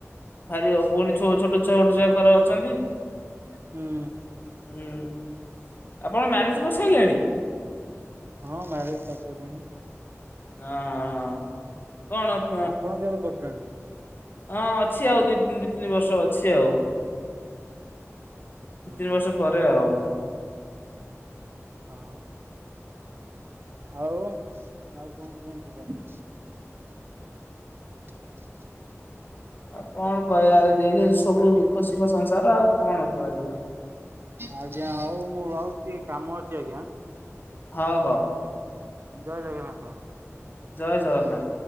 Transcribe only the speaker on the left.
ଭାରି ପୁଣି ଛୋ ଛୋଟ ଛ ଗୋଟେ ଯ ଘର ଅଛନ୍ତି
ହୁଁ। ଆପଣ ମ୍ୟାରେଜ କରିସାରିଲେଣି?
ହ ହଁ ହଁ କଣ ପ
ହଁ ଅଛି ଆଉ ଦି ଦି ତିନି ବର୍ଷ ଅଛି ଆଉ।
ଦି ତିନି ବର୍ଷ ପରେ ଆଉ।
ଆଉ କଣ କହିବା ଏଇତ ସବୁ ଦୁଃଖ ସୁଖ ସଂସାର ଆଉ କଣ କୁହାଯିବ।
ହଉ ହଉ।
ଜୟ ଜଗନ୍ନାଥ।